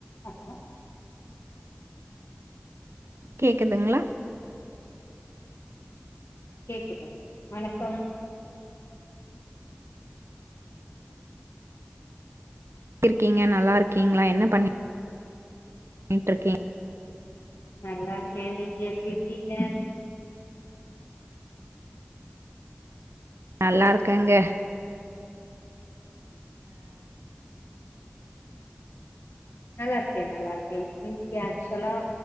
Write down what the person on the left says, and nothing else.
hello
கேக்குது வணக்கம்
நல்லா இருக்கே நீங்க எப்டி இருக்கீங்க
நல்லா இருக்கே நல்லா இருக்கே இன்னைக்கி ஆக்சுவலா